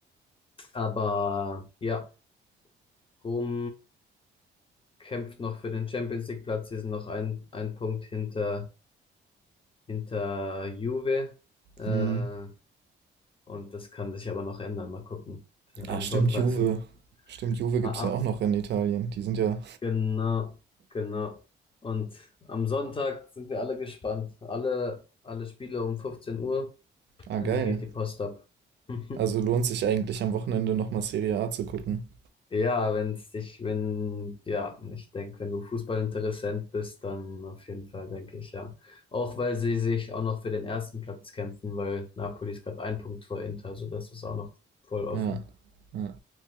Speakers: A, on the left; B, on the right.
A: aber ja, Rom kämpft noch für den Champions League-Platz. Sie sind noch ein, ein Punkt hinter, hinter Juve. Äh,
B: Hm.
A: und das kann sich aber noch ändern. Mal gucken. Am
B: Ah, stimmt,
A: Sonntag
B: Juve.
A: sind,
B: Stimmt, Juve gibt
A: a-
B: es ja auch noch in Italien. Die sind ja,
A: Genau, genau. Und am Sonntag sind wir alle gespannt. Alle, alle Spiele um 15 Uhr,
B: ah,
A: dann
B: geil.
A: geht die Post ab. <laughs>
B: Also lohnt sich eigentlich am Wochenende nochmal Serie A zu gucken.
A: Ja, wenn's dich, wenn, ja, ich denke, wenn du Fußballinteressent bist, dann auf jeden Fall, denke ich, ja. Auch weil sie sich auch noch für den ersten Platz kämpfen, weil Napoli ist gerade ein Punkt vor Inter, also das ist auch noch voll offen.
B: Ja, ja.